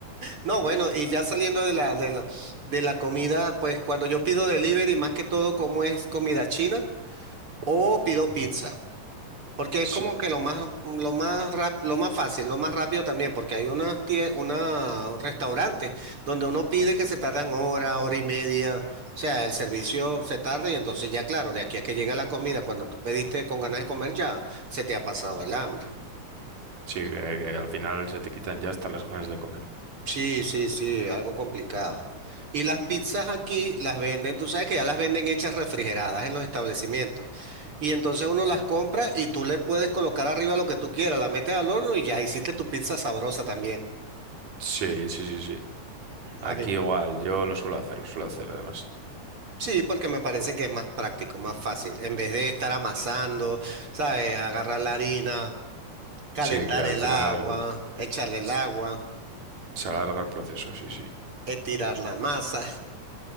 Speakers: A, on the right; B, on the right.
A: No, bueno, y ya saliendo de la, de la, de la comida, pues cuando yo pido delivery, más que todo como es comida china o pido
B: Ujú.
A: pizza. Porque
B: Sí,
A: es como que lo más, lo más rap- lo más fácil, lo más rápido también, porque hay unas tie- una restaurantes donde uno pide que se tardan hora, hora y media, o sea, el servicio se tarda y entonces ya claro, de aquí a que llega la comida, cuando tú pediste con ganas de comer ya se te ha pasado el hambre.
B: sí, que, que al final se te quitan ya hasta las ganas de comer.
A: Sí, sí, sí, algo complicado. Y las pizzas aquí las venden, tú sabes que ya las venden hechas refrigeradas en los establecimientos. Y entonces uno las
B: Mm.
A: compra y tú le puedes colocar arriba lo que tú quieras, la metes al horno y ya hiciste tu pizza sabrosa también.
B: Sí, sí, sí, sí. Aquí
A: A mí,
B: igual, yo lo suelo hacer, lo suelo hacer además.
A: sí, porque me parece que es más práctico, más fácil. En vez de estar amasando, ¿sabes? Agarrar la harina, calentar
B: Sí, que al
A: el
B: final
A: agua, echarle el
B: s-
A: agua,
B: se alarga el proceso, sí, sí.
A: estirar la masa.